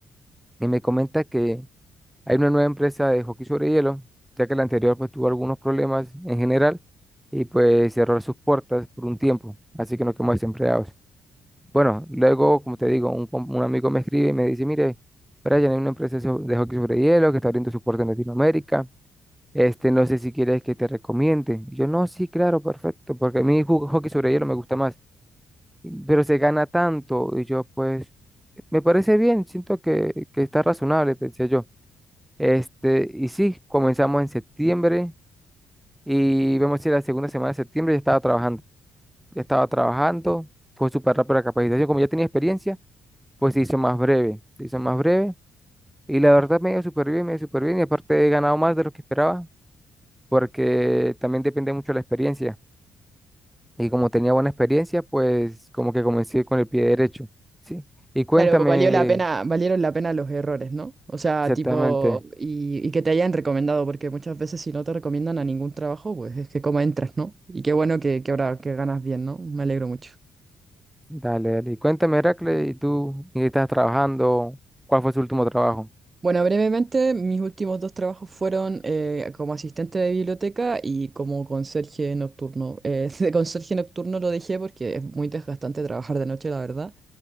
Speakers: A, in the centre; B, on the right (about 30°).
A: y me comenta que hay una nueva empresa de hockey sobre hielo, ya que la anterior pues tuvo algunos problemas en general y pues cerró sus puertas por un tiempo, así que nos quedamos desempleados. Bueno, luego, como te digo, un, com- un amigo me escribe y me dice, mire, Brian, hay una empresa so- de hockey sobre hielo que está abriendo su puerta en Latinoamérica. Este, no sé si quieres que te recomiende. Y yo, no, sí, claro, perfecto, porque a mí jug- hockey sobre hielo me gusta más pero se gana tanto. Y yo, pues, me parece bien, siento que, que está razonable, pensé yo. Este, y sí, comenzamos en septiembre y vemos si la segunda semana de septiembre ya estaba trabajando. Ya estaba trabajando, fue súper rápido la capacitación. Como ya tenía experiencia, pues se hizo más breve, se hizo más breve. Y la verdad me dio súper bien, me dio súper bien. Y aparte he ganado más de lo que esperaba, porque también depende mucho de la experiencia. Y como tenía buena experiencia, pues como que comencé con el pie derecho, ¿sí? Y cuéntame,
B: Claro, valió la pena, valieron la pena los errores, ¿no? O sea,
A: Exactamente.
B: tipo, y, y que te hayan recomendado, porque muchas veces si no te recomiendan a ningún trabajo, pues es que como entras, ¿no? Y qué bueno que, que ahora que ganas bien, ¿no? Me alegro mucho.
A: Dale, dale. Y cuéntame, Heracle, ¿y tú en qué estás trabajando? ¿Cuál fue su último trabajo?
B: Bueno, brevemente, mis últimos dos trabajos fueron eh, como asistente de biblioteca y como conserje nocturno. Eh, <laughs> de conserje nocturno lo dejé porque es muy desgastante trabajar de noche, la verdad.